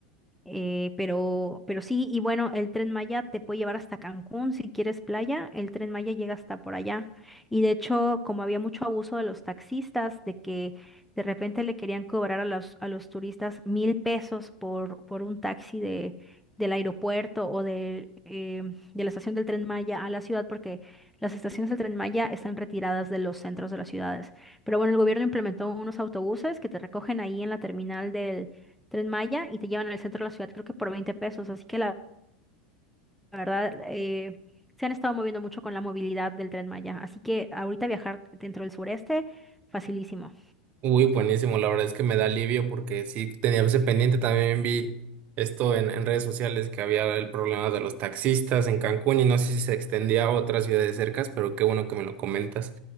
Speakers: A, in the centre; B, on the right.
A: Eh, pero, pero sí, y bueno, el Tren Maya te puede llevar hasta Cancún si quieres playa, el Tren Maya llega hasta por allá. Y de hecho, como había mucho abuso de los taxistas, de que de repente le querían cobrar a los, a los turistas mil pesos por, por un taxi de, del aeropuerto o de, eh, de la estación del Tren Maya a la ciudad, porque las estaciones del Tren Maya están retiradas de los centros de las ciudades. Pero bueno, el gobierno implementó unos autobuses que te recogen ahí en la terminal del Tren Maya y te llevan al centro de la ciudad, creo que por 20 pesos. Así que la verdad, eh, se han estado moviendo mucho con la movilidad del Tren Maya. Así que ahorita viajar dentro del sureste, facilísimo.
B: Uy, buenísimo, la verdad es que me da alivio porque sí tenía ese pendiente, también vi esto en, en redes sociales que había el problema de los taxistas en Cancún y no sé si se extendía a otras ciudades cercas, pero qué bueno que me lo comentas.